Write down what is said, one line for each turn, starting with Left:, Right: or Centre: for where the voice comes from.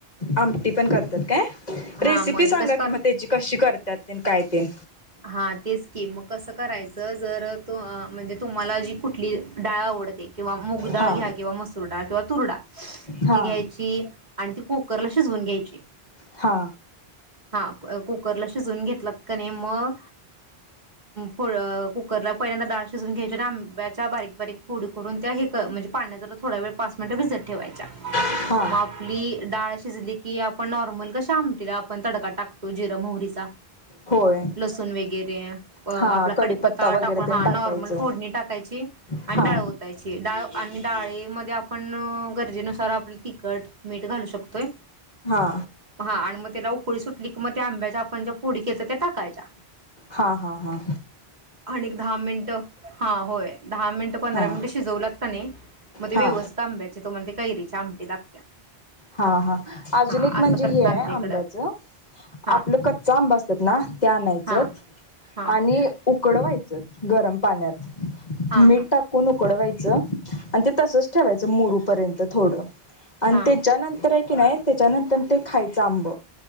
Left: आमटी पण करतात काय
Right: हा
Left: रेसिपी
Right: म्हणजे
Left: सांगा
Right: कसं
Left: कि
Right: कर
Left: मग त्याची कशी करतात तेन काय तेन
Right: हा तेच की मग कसं करायचं जर त म्हणजे तुम्हाला जी कुठली डाळ आवडते किंवा मुगडाळ
Left: हा
Right: घ्या किंवा मसूर डाळ किंवा तुरडाळ
Left: हा
Right: ती घ्यायची आणि ती कुकरला शिजवून घ्यायची.
Left: हा
Right: हा कुकरला शिजून घेतलात कनी मग फ कुकरला पहिल्यांदा डाळ शिजून घ्यायची आणि आंब्याच्या बारीक बारीक फोडी करून त्या हे म्हणजे पाण्या ज थोड वेळ पाच मिनटं भिजत ठेवायच्या
Left: हा
Right: मग आपली डाळ शिजली की आपण नॉर्मल कशा आमटीला आपण तडका टाकतो जिरा मोहरीचा
Left: होय
Right: लसूण वगैरे अ आपला
Left: हा
Right: कडीपत्ता
Left: वगैरे
Right: टाकून हा
Left: ते टाकायचं
Right: नॉर्मल फोडणी टाकायची आणि
Left: हा
Right: डाळ ओतायची डाळ आणि डाळेमध्ये पण गरजेनुसार आपलं तिखट मीठ घालू शकतोय
Left: हा
Right: हा आणि मग त्याला उकळी सुटली की मग त्या आंब्याच्या आपण ज्या फोडी केलती ते टाकायच्या
Left: हां हां हां
Right: आणि दहा मिनिटं हा होय दहा मिनिटं पंधरा
Left: हा
Right: मिनिट शिजलात कनी मध्ये
Left: हा
Right: ते व्यवस्थित आंब्याचे तो म्हण ते कैरीच्या आमटी लागत्या
Left: हा हा अजून
Right: हा
Left: एक म्हणजे
Right: असं करतात
Left: हे आहे
Right: आमच्या इकडं
Left: आंब्याचं
Right: हा
Left: आपलं कच्चा आंब असतात ना त्या आणायच
Right: हा हा
Left: आणि उकडवायचं गरम पाण्यात
Right: हा
Left: मीठ
Right: हा
Left: टाकू उडवायच आणि ते तसच ठेवायच मुरूपर्यंत थोड आणी
Right: हा
Left: ते त्यानंतर आहे की नाही त्याच्यानंतर ते खायचं आंब